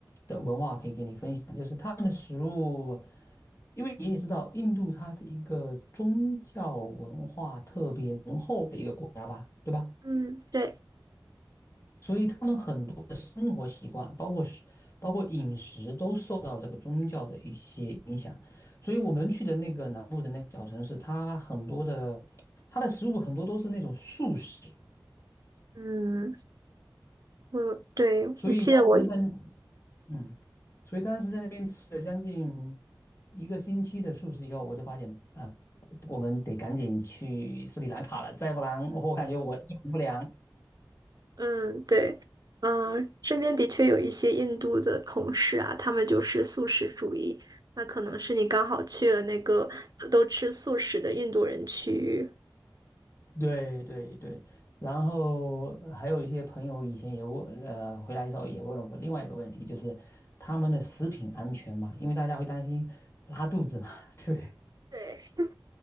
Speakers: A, on the left; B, on the right.
A: 的文化可以给你分享，就是他们的食物，因为你也知道，印度它是一个宗教文化特别浓厚的一个国家吧，对吧？
B: 嗯，对，
A: 所以他们很多的生活习惯，包括食包括饮食，都受到这个宗教的一些影响。所以我们去的那个南部的那个小城市，它很多的它的食物很多都是那种素食，
B: 嗯，我对我记得我，
A: 所以当时在嗯，所以当时在那边吃了将近一个星期的素食以后，我就发现啊。我们得赶紧去斯里兰卡了，再不然我感觉我营养不良。
B: 嗯，对，嗯，身边的确有一些印度的同事啊，他们就是素食主义，那可能是你刚好去了那个都吃素食的印度人区域。
A: 对对对，然后还有一些朋友以前也问，呃，回来的时候也问了我另外一个问题，就是他们的食品安全嘛，因为大家会担心拉肚子嘛，<laughs> 对不对？
B: 对。